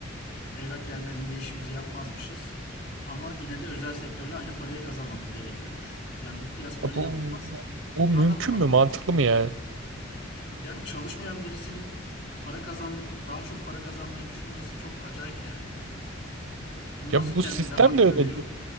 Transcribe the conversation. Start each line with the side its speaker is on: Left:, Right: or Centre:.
Left: Evrak gelmediğinde işimizi yapmazmışız. Ama yine de özel sektörle aynı parayı kazanmamız gerekiyormuş. Yani bu kıyas böyle
Right: Ya bu,
Left: yapılmaz
Right: bu,
Left: ki.
Right: bu
Left: Bunu
Right: mümkün
Left: anlatamadım
Right: mü? Mantıklı
Left: ya çok da.
Right: mı yani?
Left: Yani çalışmayan birisinin para kazan daha çok para kazanmayı düşünmesi çok acayip yani. Bunu
Right: Ya
Left: nasıl
Right: bu
Left: kendinde
Right: sistem
Left: hak
Right: de
Left: görüyor?
Right: öyle.